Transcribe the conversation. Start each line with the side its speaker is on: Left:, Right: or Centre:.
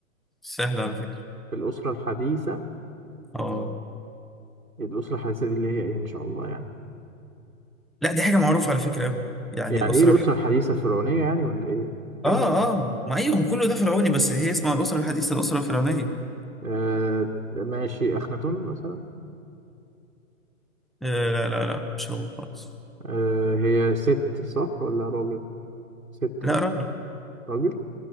Centre: سهل على فكره
Right: في الأسرة الحديثة
Centre: اه
Right: الأسرة الحديثة دي اللي هي إيه إن شاء الله يعني
Centre: لا دي حاجه معروفه على فكره قوي يعني
Right: يعني
Centre: الاسره
Right: إيه الأسرة
Centre: الح...
Right: الحديثة الفرعونية يعني ولا إيه؟ بتتكلم
Centre: اه
Right: عن إيه؟
Centre: اه ما ايوه كله ده فرعوني بس هي اسمها الاسره الحديثه الاسره الفرعونيه
Right: آه ماشي أخناتون مثلا
Centre: آه لا لا لا مش هو خالص
Right: آه هي ست صح ولا راجل؟ ست
Centre: لا
Right: أه
Centre: راجل
Right: راجل